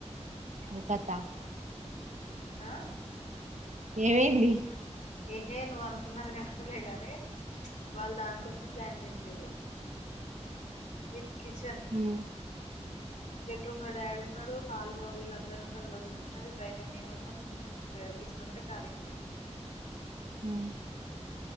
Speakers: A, on the right; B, on the left.
A: ఉకెత్త
B: ఆ
A: ఏమైంది
B: ఏహే నువ్వు అనుకున్నది కాదులేగాని వాళ్ళు దానికోసమే ప్లాన్ చేసిరు విత్ కిచెన్
A: ఉమ్,
B: బెడ్రూమ్ లో డాడీ ఉన్నాడు హాల్లో వీళ్ళందరున్నారు వదిన ఉన్నది బయట మేము ఉన్నాం ఒకటే కాలి మది
A: ఉమ్.